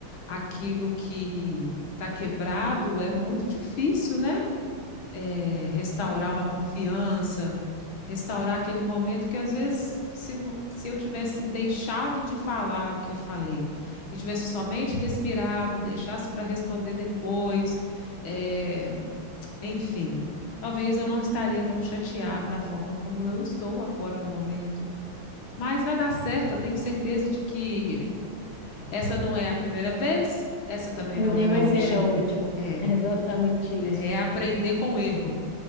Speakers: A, on the left (about 65°); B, on the left (about 35°).
A: aquilo que está quebrado é muito difícil, né? é, restaurar uma confiança, restaurar aquele momento que às vezes se, se eu tivesse deixado de falar o que eu falei e tivesse somente respirado, deixasse para responder depois, é, enfim, talvez eu não estaria tão chateado da forma como eu estou agora no momento. Mas vai dar certo, eu tenho certeza de que essa não é a primeira vez, essa também
B: E
A: não
B: nem
A: é a
B: vai
A: última.
B: ser a última.
A: É,
B: É exatamente isso.
A: é é aprender com o erro.